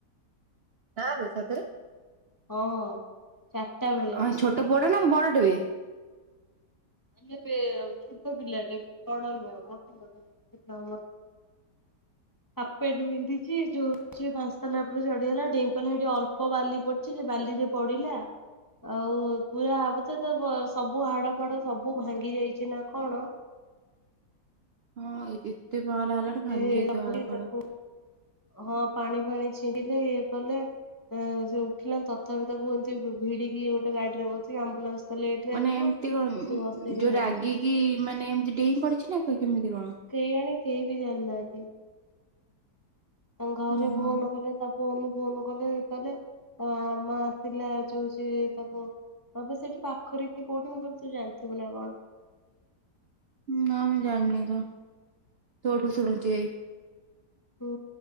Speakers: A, on the right; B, on the left.
A: ନାଁଵେ ସତରେ?
B: ହଁ। ଚାରିଟା ବେଳେ
A: ହଁ ଛୋଟ ପୁଅଟା ନା ବଡଟେ ବେ?
B: ମାନେ ବେ ଛୋଟ ପିଲାଟେ ବଡ଼ ନୁହଁ <unintelligible> ହାପ ପେଣ୍ଡ ପିନ୍ଧିଛି ଯୋଉ ଯୋଉ ପାଞ୍ଚାତାଲା ଉପରେ ଚଢିଗଲା ଡେଇଁ ପିଡିଲା ସେଠି ଅଳ୍ପ ବାଲି ପଡିଛି ସେ ବାଲି ବାଲିରେ ପଡ଼ିଲା ଆଉ ପୁରା <unintelligible> ସବୁ ହାଡ ଫାଡ ସବୁ ଭାଙ୍ଗି ଯାଇଛି ନା କଣ?
A: ହଁ ଏତେ ପାଲା ହେଲାଣି ଭାଙ୍ଗି
B: ଏ
A: ଯାଇଥିବ
B: ତାକୁ
A: ହାଡ ଫାଡ।
B: ହଁ ପାଣି ଫାଣି ଛିଣ୍ଡିଲେ ଇଏ କଲେ। ସେ ଉଠିଲା ତଥାପି ତାକୁ ଏମତି ଭିଡିକି ଗୋଟେ ଗାଡିରେ ବସିକି ଆମ୍ବୁଲାନ୍ସ ତ ଲେଟ ରେ
A: ମାନେ
B: ଆସିବ।
A: ଏମିତି କଣ
B: ସେ
A: ଉଁ
B: ବସେଇକି
A: ଯୋଉ
B: ନେଲେ
A: ରାଗିକି ମାନେ ଏମିତି ଡେଇଁ ପଡିଛି ନା କେମିତି କଣ?
B: କେୟାଣି କେହି ବି ଜାଣିନାହାନ୍ତି? ତାଙ୍କ ଗାଁରେ
A: ହୁଁ
B: ଫୋନ
A: ହୁଁ ହୁଁ
B: କଲେ ତା ଫୋନ ଫୋନ କଲେ କଲେ ଆଁ ମା ଆସିଲେ ଯଉ ଯିଏ ତାକୁ ତମ ସେଇଠି ପାଖରେ କି କୋଉଠି ମୁଁ କହିଲି ତୁ ଜାଣିଥିବୁ ନା କଣ?
A: ନାଁ ମୁଁ ଜାଣିନିତ ତୋଠୁ ଶୁଣୁଛି ଏଇ
B: ହୁଁ